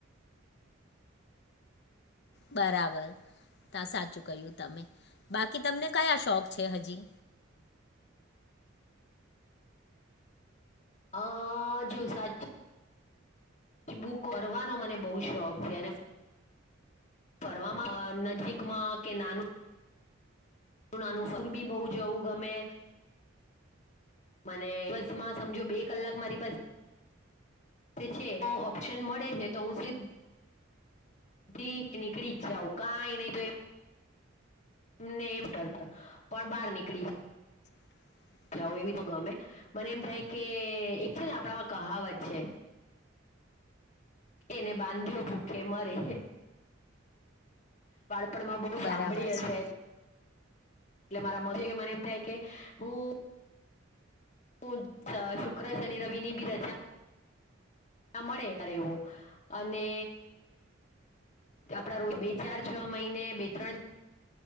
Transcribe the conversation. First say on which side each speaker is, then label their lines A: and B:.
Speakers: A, on the left; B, on the left.
A: બરાબર. તા સાચું ક્યું તમે બાકી તમને કયા શોખ છે, હજી?
B: હ જે સાચુ બુક ભરવાનો મને બહુ શોખ છે, અને ફરવામાં નજીકમાં કે નાનું ના અનુસર બી બહુ જવું ગમે. મને બસમાં સમજો બે કલાક મારી પાસે છે તો ઓપ્શન મળે છે, તો હું સિલીપ બધી નીકળી જ જાવ કાંઈ નહી તો એમ એમને એમ ડર પર પણ બહાર નીકળી.
A: <inaudible>
B: જાવું એવી તો ગમે મને એમ થાય કે એક છે, ને આપણામાં કહાવત છે. એને બાંધ્યો ભૂખે મરે. પણમાં બહુ
A: બરાબર
B: સાંભળી
A: છે
B: હશે. એટલે મારા મો મને એમ થાય કે હું હું સ શુક્ર શનિ રવિની બી રજા ના મળે ત્યારે એવું અને આપડા રોજ બે ચાર છ મહિને બે ત્રણ